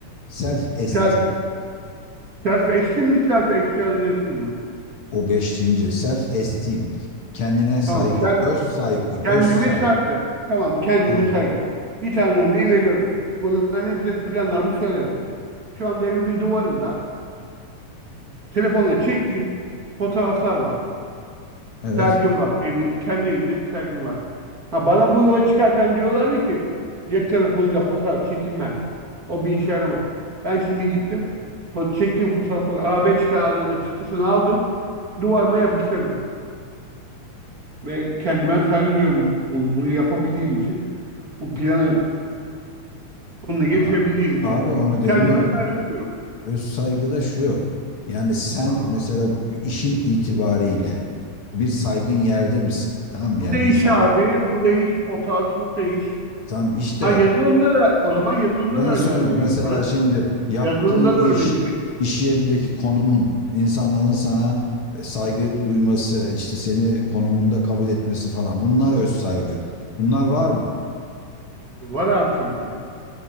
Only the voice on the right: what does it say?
Selfie. Self esteem mi, self actualization mı?
Tamam, self,
kendime
saygı. Tamam, kendime
saygı. Bir tane örneği veriyorum. Bunların hepsini planlarımı söylerim. Şu anda evimin duvarında telefona çektiğim fotoğraflar var.
Sergim var. Evi, kendi evimde sergim var. Ha, bana bu yola çıkarken diyorlardı ki cep telefonuyla fotoğraf çekilmez. O bir işe yaramaz. Ben şimdi gittim. Foto çektiğim fotoğrafları A5 kağıdına çıktısını aldım. Duvarıma yapıştırdım. Ve kendime saygı duyuyorum bunu, bunu yapabildiğim için. Bu planı sonuna getirebildiğim
için
kendime saygı duyuyorum.
Allah.
Bu
da iş
abi. Bu da iş. Fotoğrafçılık da iş.
Ha yazılımda da o zaman yazılımda
da örneğini
vereyim
sana.
Yazılımda
da örneğini vereyim.
Var abi tabii ki.